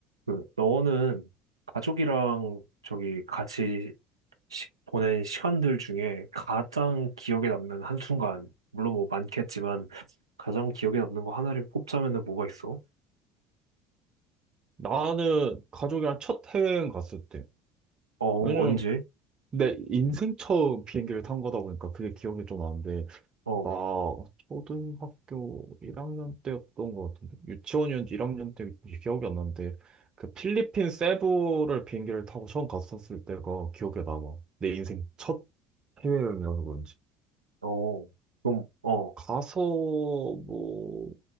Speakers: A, on the right; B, on the right.
A: 그, 너는 가족이랑 저기 같이 시- 보낸 시간들 중에 가장 기억에 남는 한순간, 물론 뭐 많겠지만, 가장 기억에 남는 거 하나를 꼽자면은 뭐가 있어?
B: 나는 가족이랑 첫 해외여행 갔을 때.
A: 어,
B: 왜냐면
A: 언제?
B: 내 인생 처음 비행기를 탄 거다 보니까 그게 기억이 좀 나는데,
A: 어,
B: 나 초등학교 1학년 때였던 것 같은데, 유치원이었는지 1학년 때 기억이 안 나는데, 그 필리핀 세부를 비행기를 타고 처음 갔었을 때가 기억에 남아. 내 인생 첫 해외여행이라서 그런지.
A: 어, 그럼, 어,
B: 가서 뭐